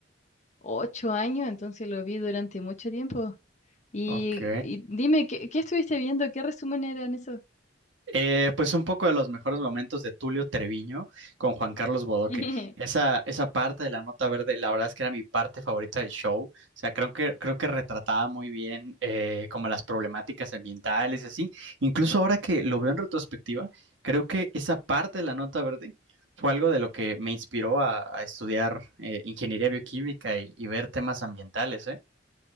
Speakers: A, on the left (about 40°); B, on the right (about 75°).
A: 8 años, entonces lo vi durante mucho tiempo. Y,
B: Ok.
A: y dime, ¿qué, qué estuviste viendo? ¿Qué resumen eran eso?
B: Eh, pues un poco de los mejores momentos de Tulio Treviño con Juan Carlos Bodoque.
A: <laughs>
B: Esa, esa parte de la nota verde, la verdad es que era mi parte favorita del show. O sea, creo que, creo que retrataba muy bien eh, como las problemáticas ambientales y así. Incluso ahora que lo veo en retrospectiva, creo que esa parte de la nota verde fue algo de lo que me inspiró a, a estudiar eh, ingeniería bioquímica y, y ver temas ambientales, ¿eh?